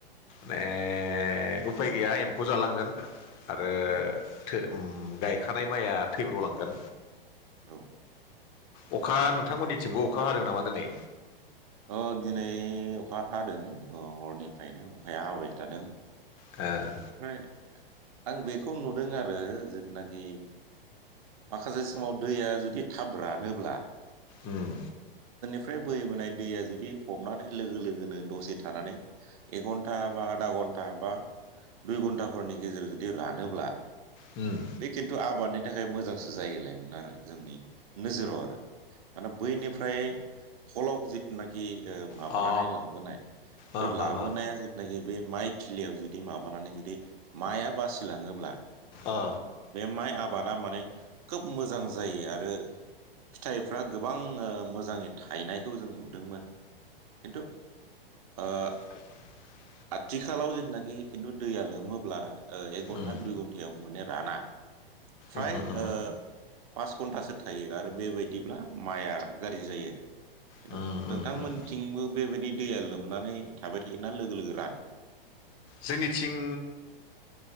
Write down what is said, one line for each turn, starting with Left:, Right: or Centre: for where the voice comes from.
Left: माने उफाय गैया एम्फौ जालांगोन आरो
Right: औ
Left: थो ओम गायखानाय माइया थैब्र'लांगोन।
Right: औ
Left: अखा
Right: नंगौ
Left: नोंथांमोननिथिंबो अखा हादों नामा दिनै
Right: अ दिनै अखा हादों हरनिफ्रायनो अखाया हाबाय थादों। ओमफ्राय
Left: ओ
Right: आं बेखौ नुदों आरो जिथुनाखि माखासे समाव दैया जुदि थाब रानोब्ला
Left: उम
Right: ओमफ्राय बैहैबोनाय दैया जुदि फबनानै लोगो लोगोनो दसे थानानै एक घन्टा बा आधा घन्टा बा दुइ घन्टाफोरनि गेजेराव जुदि रानोब्ला
Left: उम
Right: बे खिन्थु आबादनि थाखाय मोजांसो जायोलामोन आरो जोंनि नोजोराव आरो मानो बैनिफ्राय फलक जि जिथुनाखि ओ माबानानै
Left: अ
Right: लाबोनाय
Left: ओ
Right: बे
Left: हो
Right: लाबोनाया
Left: हो
Right: जिथुनाखि बे माइ थिलियाव जुदि माबानानै जुदि माइआ बासिलाङोब्ला
Left: ओ
Right: बे माइ आबादा माने खोब मोजां जायो आरो। फिथाइफ्रा गोबां ओ मोजाङै थाहनायखौ जों नु दोंमोन खिथु ओ
Left: <unintelligible>
Right: आथिखालाव जिथुनाखि खिन्थु दैया लोमोब्ला ओ एक घन्टा
Left: उम
Right: दुइ घन्टायाव माने राना फ्राय
Left: उमहो उमहो
Right: ओ पास घन्टासो थायो आरो बेबायदिब्ला माइआ गाज्रि जायो खिन्थु
Left: उम
Right: नोंथांमोनथिंबो
Left: उम उम
Right: बेबायदि दैया लोमनानै थाबाय थायोना लोगो लोगो रानो।
Left: जोंनिथिं